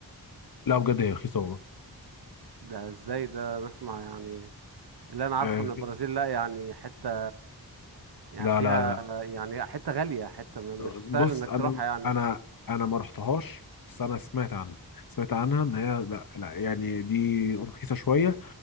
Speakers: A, on the left (about 60°); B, on the right (about 75°).
A: لا بجد هي رخيصه والله
B: ده ازاي ده نسمع يعني اللي انا عارفه
A: أه
B: ان البرازيل لا يعني حتة يعني
A: لا
B: فيها
A: لا لا
B: يعني حتة غالية حتة م- مش
A: بص
B: سهل انك
A: انا
B: تروحها يعني
A: انا انا ما رحتهاش بس انا سمعت عنها سمعت عنها ان هي لا, لا يعني دي رخيصه شويه